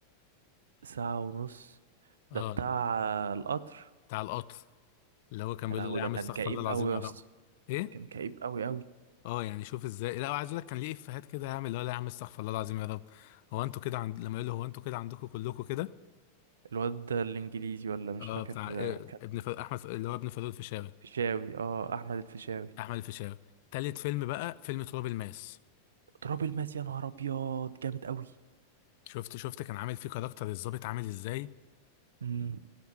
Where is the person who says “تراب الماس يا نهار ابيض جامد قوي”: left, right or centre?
Right